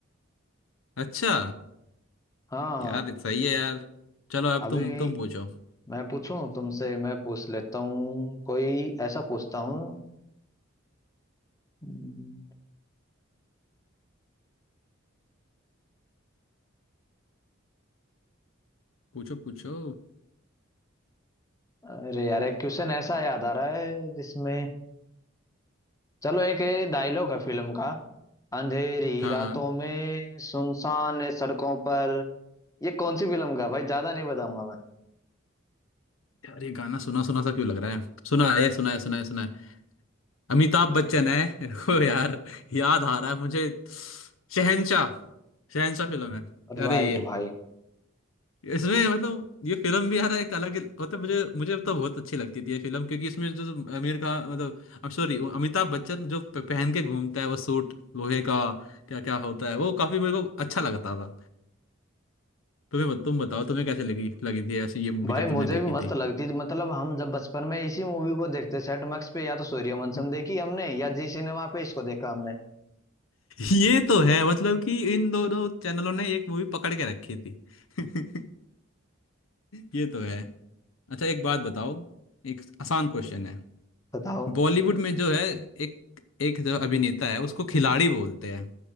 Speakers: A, on the left (about 80°); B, on the left (about 15°).
A: अच्छा
B: हाँ
A: यार सही है यार चलो अब
B: अभी
A: तुम तुम पूछो
B: मैं पूछूं तुमसे मैं पूछ लेता हूँ कोई ऐसा पूछता हूँ हम्म,
A: पूछो पूछो
B: अरे यार एक क्वेश्चन ऐसा याद आ रहा है जिसमें चलो एक डायलॉग है फिल्म का अंधेरी
A: हाँ
B: रातों
A: हाँ
B: में सुनसान सड़कों पर ये कौन सी फिल्म का है भाई ज्यादा नहीं बताऊंगा मैं
A: यार ये गाना सुना सुना सा क्यों लग रहा है सुना है सुना है सुना है सुना है अमिताभ बच्चन है <laughs> रुको यार याद आ रहा है मुझे शहनशाह शहनशाह फिल्म है
B: राइट
A: अरे ये
B: भाई
A: इसमें मतलब ये फिल्म भी यार एक अलग मतलब मुझे मुझे तो बहुत अच्छी लगती थी ये फिल्म क्योंकि इसमें जो जो आमिर खान मतलब अब सॉरी अमिताभ बच्चन जो प- पहन के घूमता है वो सूट लोहे का क्या क्या होता है वो काफी मेरे को अच्छा लगता था तुम्हें तुम बताओ तुम्हें कैसे लगी लगी थी ऐसी ये मूवी
B: भाई
A: जब
B: मुझे
A: तुमने देखी
B: भी मस्त
A: थी
B: लगती थी मतलब हम जब बचपन में इसी मूवी को देखते सेट मैक्स पे या तो सूर्यवंशम
A: <laughs>
B: देखी हमने या जी सिनेमा पे इसको देखा हमने
A: ये तो है मतलब कि इन दोनों चैनलों ने एक मूवी पकड़ के रखी थी <laughs> ये तो है अच्छा एक बात बताओ एक आसान क्वेश्चन है
B: बताओ
A: बॉलीवुड में जो है एक एक जो अभिनेता है उसको खिलाड़ी बोलते हैं